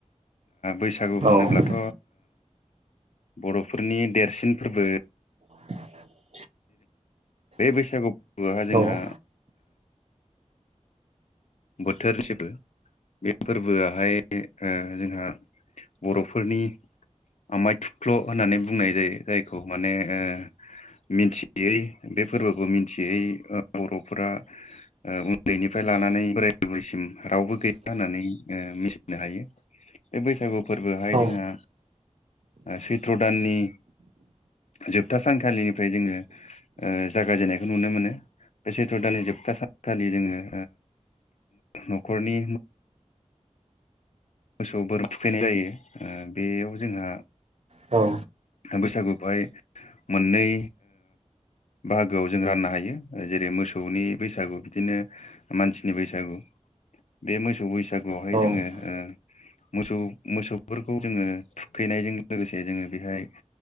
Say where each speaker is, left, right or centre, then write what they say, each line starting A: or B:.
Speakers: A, on the left; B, on the right.
A: बैसागु होनोब्लाथ'
B: औ
A: बर'फोरनि देरसिन फोरबो
B: <inaudible>
A: बे बैसागु फोरबोहा जोंहा
B: औ
A: बोथोर <unintelligible> बे फोरबोआहाय जोंहा बर'फोरनि आमाइ थुख्ल' होननानै बुंनाय जायो जायखौ माने ओ मिथियै बे फोरबोखौ मिथि मोनथियै बर'फोरा उन्दैनिफ्राय लानानै रावबो गैया होननानै मिथिनो हायो बे बैसागु फोरबोहाय
B: औ
A: जोंहा सैथ्र' दाननि जोबथा सानखालिनिफ्राय जोङो जागायजेननायखौ नुनो मोनो बे सैथ्र' दाननि जोबथा सानखालि जोङो न'खरनि मोसौ बोरमा थुखैनाय जायो बेयाव जोंहा
B: औ
A: बैसागुखौहाय मोननै बाहागोआव जों राननो हायो जेरै मोसौनि बैसागु बिदिनो मानसिनि बैसागु बे मोसौ बैसागुआवहाय
B: औ
A: जोङो
B: औ
A: मोसौ मोसौफोरखौ जोङो थुखैनायजों लोगोसे जोङो बेहाय